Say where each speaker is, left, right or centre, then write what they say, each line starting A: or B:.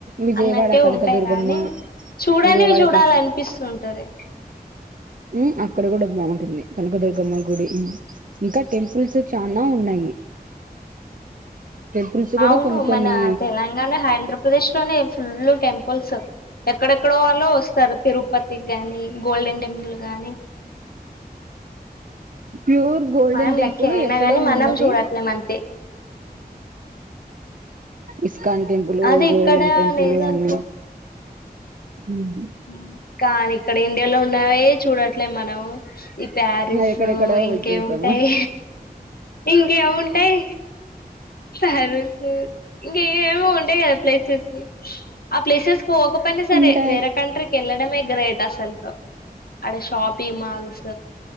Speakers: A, on the right; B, on the left.
A: విజయవాడ
B: అన్నట్టే
A: కనకదుర్గమ్మ
B: ఉంటాయి కానీ చూడనివి
A: విజయవాడ
B: చూడాలి అనిపిస్తుంటది
A: మ్ అక్కడ కూడా బాగుంటుంది కనకదుర్గమ్మ గుడి ఇంకా టెంపుల్స్ చనా ఉన్నాయి టెంపుల్స్
B: అవును
A: కూడా కొన్ని కొన్ని
B: మన తెలంగాణ హైంద్ర ప్రదేశ్ లోనే ఫుల్ టెం పల్స్ ఎక్కడెక్కడొ వాళ్ళో వస్తారు పేరు పత్తి గాని గోల్డెన్ టెంపుల్ గానీ
A: ప్యూర్ గోల్డెన్
B: మనం
A: టెంపుల్
B: లక్కీ అయినా
A: ఎక్కడో
B: గాని
A: ఉన్నది.
B: మనం చూడట్లేం అంతే
A: ఇస్ కాన్ టెంపులు,
B: అది ఇక్కడ
A: గోల్డెన్ టెంపులు
B: లేదనుకో
A: అన్ని ఉహు
B: ఉమ్, కానీ ఇక్కడ ఇండియాలో ఉన్నవే చూడట్లే మనం ఈ ప్యారిసు
A: ఎక్కడెక్కడో
B: ఇంకేవుంటయ్,
A: పోయి చూస్తాము
B: ఇంకేవుంటయ్. సరే స ఇంకెమొ ఉ ంటే కద ప్లేసెస్సు, ఆ ప్లేసెస్ ఒక పని సరే
A: ఉంటాయి
B: వేరే కంట్రీకి ఎళ్ళడమే గ్రేటస్సల్కు ఆడ షాపి మాల్స్